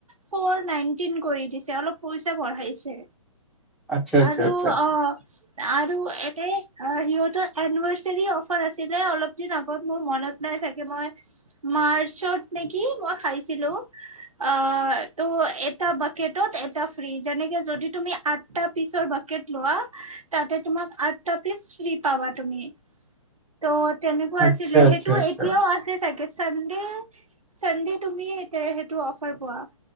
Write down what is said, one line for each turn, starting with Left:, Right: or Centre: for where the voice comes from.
Right: ফ'ৰ নাইনটিন কৰি দিছে অলপ পইচা বঢ়াইছে।
Centre: আচ্ছা আচ্ছা
Right: আৰু
Centre: আচ্ছা
Right: অহ আৰু এতে অ' সিহঁতৰ এনিভাৰ্চাৰী অফাৰ আছিলে অলপ দিন আগত মোৰ মনত নাই। মই মাৰ্চত নেকি মই খাইছিলো অহ ত' এটা বাকেটত এটা ফ্ৰী যেনেকে যদি তুমি আঠটা পিচৰ বাকেট লোৱা তাতে তোমাক আঠটা পিচ ফ্ৰী পাবা তুমি ত' তেনেকুৱা
Centre: আচ্ছা
Right: আছিলে সেইটো
Centre: আচ্ছা
Right: এতিয়াও আছে চাগেচান চানডে তুমি তে সেইটো অফাৰ পোৱা।